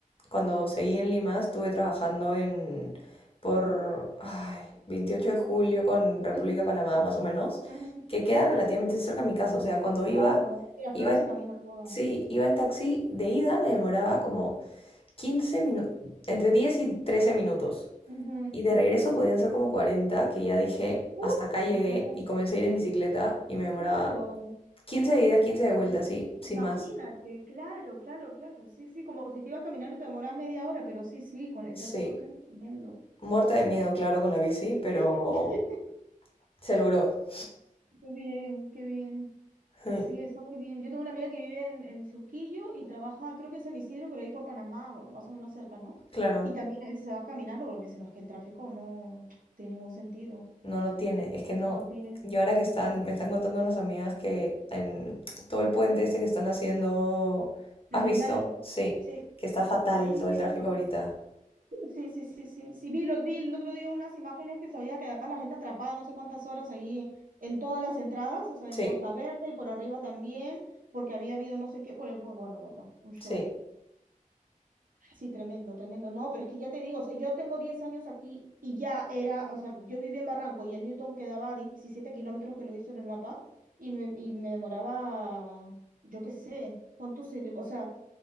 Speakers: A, on the left (about 40°); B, on the right (about 75°).
A: cuando seguí en Lima estuve trabajando en por ay, 28 de julio con República
B: Ujú,
A: de Panamá más o menos,
B: ujú,
A: que
B: sí,
A: queda relativamente cerca de mi casa, o sea, cuando iba
B: claro.
A: iba
B: flores
A: en,
B: se camina todo.
A: sí, iba en taxi de ida me demoraba como 15 minutos, entre 10 y 13 minutos.
B: Ujú.
A: Y de regreso podían ser como 40 que ya dije,
B: Uh,
A: hasta acá llegué
B: por favor,
A: y comencé a ir en bicicleta y me demoraba
B: claro.
A: 15 de ida, 15 de vuelta, así, sin
B: Imagínate,
A: más.
B: claro, claro, claro. Sí, sí, como si te ibas caminando y te demoras media hora, pero sí, sí, con el tráfico,
A: Sí,
B: qué tremendo.
A: muerta de miedo, claro, con la bici, pero
B: <laughs>
A: se logró.
B: Qué bien, qué bien.
A: Ujú,
B: Sí, está muy bien. Yo tengo una amiga que vive en, en Surquillo y trabaja, creo que en San Isidro, pero ahí por Panamá, bueno, más o menos cerca, ¿no?
A: Claro,
B: Y también a veces se va caminando, porque me dicen, no, es que el tráfico no tiene ningún sentido.
A: no, no tiene. Es que no.
B: Se va a pie,
A: Y ahora que
B: sí.
A: están, me están contando unas amigas que en todo el puente
B: <clears throat>
A: este que están haciendo,
B: Armendáriz.
A: ¿has visto? Sí,
B: Sí,
A: que está fatal
B: por ahí vivía
A: todo el tráfico
B: yo.
A: ahorita.
B: Sí, sí, sí, sí. Sí, vi, lo, vi el otro día unas imágenes que se había quedado la gente atrapada no sé cuántas horas ahí en todas las entradas, o sea,
A: Sí,
B: en Costa Verde y por arriba también, porque había habido no sé qué, por el, bueno, bueno, un show.
A: sí.
B: Sí, tremendo, tremendo. No, pero es que ya te digo, o sea, yo tengo 10 años aquí y ya era, o sea, yo vivía en Barranco y el Newton quedaba a 17 kilómetros que lo hizo en el mapa y me, y me demoraba, yo qué sé, cuánto se, o sea,